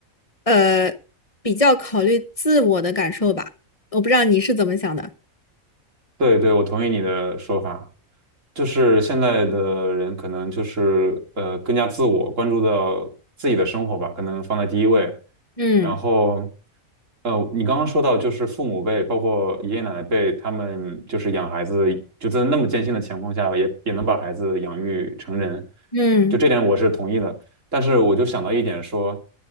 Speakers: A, on the left (about 30°); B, on the right (about 65°).
A: 呃，比较考虑自我的感受吧。我不知道你是怎么想的。
B: 对对，我同意你的说法，就是现在的人可能就是呃更加自我，关注到自己的生活吧，可能放在第一位。
A: 嗯
B: 然后，呃，你刚刚说到就是父母辈，包括爷爷奶奶辈，他们就是养孩子，就在那么艰辛的情况下，也也能把孩子养育成人，
A: 嗯，
B: 就这点我是同意的。但是我就想到一点说，